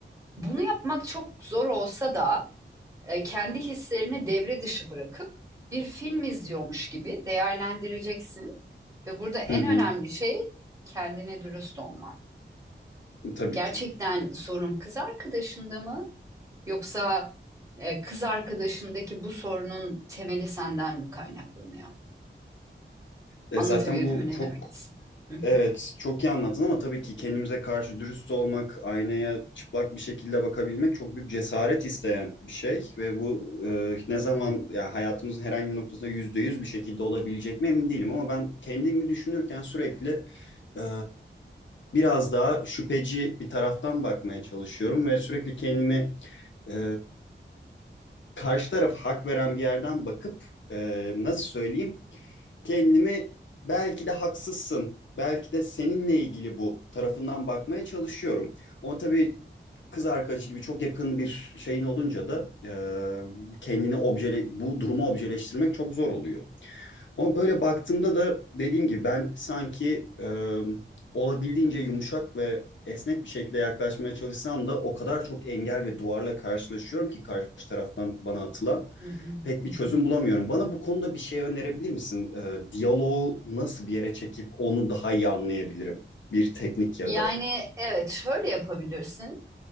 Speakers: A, on the right; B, on the left.
A: Bunu yapmak çok zor olsa da e, kendi hislerini devre dışı bırakıp bir film izliyormuş gibi değerlendireceksin ve burada en
B: hı hı,
A: önemli şey kendine dürüst olman.
B: tabii
A: Gerçekten
B: ki.
A: sorun kız arkadaşında mı? Yoksa e, kız arkadaşındaki bu sorunun temeli senden mi kaynaklanıyor?
B: E
A: Anlatabildim
B: zaten bu
A: mi ne
B: çok
A: demek? istediğimi?
B: Evet, çok iyi anladın ama tabii ki kendimize karşı dürüst olmak, aynaya çıplak bir şekilde bakabilmek çok büyük cesaret isteyen bir şey ve bu e, ne zaman ya hayatımızın herhangi bir noktasında yüzde yüz bir şekilde olabilecek mi emin değilim ama ben kendimi düşünürken sürekli e, biraz daha şüpheci bir taraftan bakmaya çalışıyorum ve sürekli kendimi e, karşı taraf hak veren bir yerden bakıp e, nasıl söyleyeyim? kendimi belki de haksızsın, belki de seninle ilgili bu tarafından bakmaya çalışıyorum. Ama tabii kız arkadaşı gibi çok yakın bir şeyin olunca da e, kendini objele, bu durumu objeleştirmek çok zor oluyor. Ama böyle baktığımda da dediğim gibi ben sanki e, olabildiğince yumuşak ve esnek bir şekilde yaklaşmaya çalışsam da o kadar çok engel ve duvarla karşılaşıyorum ki karşı taraftan bana atılan
A: Hı hı,
B: pek
A: hı hı, hı
B: bir çözüm
A: hı.
B: bulamıyorum. Bana bu konuda bir şey önerebilir misin? E, diyaloğu nasıl bir yere çekip onu daha iyi anlayabilirim? Bir teknik ya
A: Yani
B: da.
A: evet şöyle yapabilirsin.